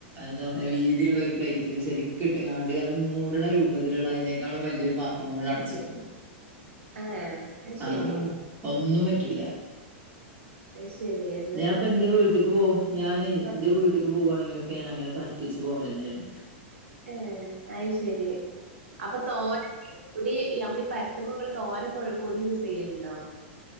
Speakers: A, on the right; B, on the right.
A: എന്താ പറയാ വീതിള്ള ഒരു പ്ലേറ്റില് ശരി കിട്ടങ്ങാണ്ട് അത് മൂടണ രൂപത്തിലുള്ളതിനേക്കാളും വലിയൊരു പാത്രം കൊണ്ടട് അടച്ചക്കും
B: ഏഹ് അത് ശെരി
A: ആഹ ഒന്നും പറ്റൂല
B: അയ് ശരി എഹ
A: ഞാപ്പന്റെ വീട്ട്ക്ക് പോ ഞൻ എന്റെ
B: ആ
A: വീട്ടക്ക് പോകുവാണെങ്കിലൊക്കെ ഞാൻ അങ്ങനെ പര്ത്തി വെച്ച് പോലന്നെയാണ്
B: ഏഹ അയി ശരി അപ്പൊ തോനെ പൊടി നമ്മള ഈ പരുത്തുമങ്ങൾ തോനെ പൊടി യൂസ് ചെയ്യലുണ്ടോ